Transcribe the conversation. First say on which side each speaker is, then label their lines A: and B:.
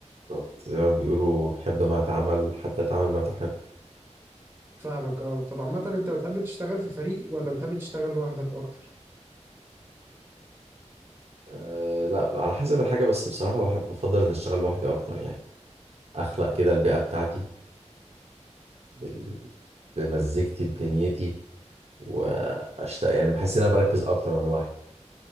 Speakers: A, on the right; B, on the right.
A: بالظبط زي ما بيقولوا حب ما تعمل حتى تعمل ما تحب
B: فاهمك أه طب عامة أنت بتحب تشتغل في فريق ولا بتحب تشتغل لوحدك أكتر؟
A: أه لا على حسب الحاجة بس بصراحة بحب أفضل إن أشتغل لوحدي أكتر يعني أخلق كده البيئة بتاعتي بال... بمزيكتي بدنيتي وأشتاق يعني بحس إن أنا بركز أكتر وأنا لوحدي